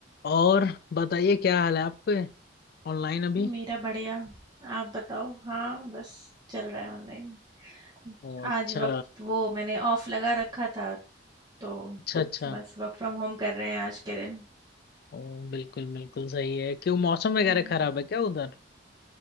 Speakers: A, on the left (about 55°); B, on the right (about 20°).
A: और बताइए क्या हाल है आपके ऑनलाइन अभी
B: मेरा बढ़िया आप बताओ हाँ बस चल रहा है ऑनलाइन
A: ओ
B: आज
A: अच्छा
B: वक्त वो मैंने ऑफ लगा रखा था तो
A: अच्छा अच्छा
B: बस वर्क फ्रॉम होम कर रहे हैं आज के दिन
A: ओ बिल्कुल बिल्कुल सही है क्यों मौसम
B: हम्म।
A: वगैरह खराब है क्या उधर